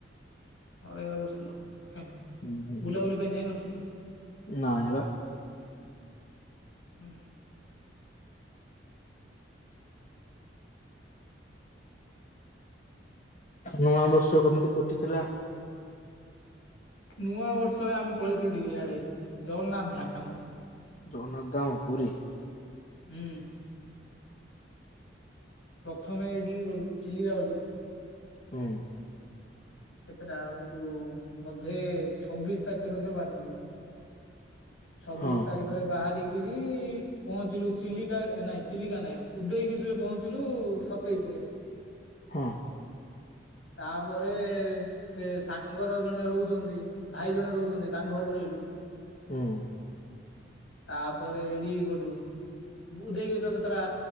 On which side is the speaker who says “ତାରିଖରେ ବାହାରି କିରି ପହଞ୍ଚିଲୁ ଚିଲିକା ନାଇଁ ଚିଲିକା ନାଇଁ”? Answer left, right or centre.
Left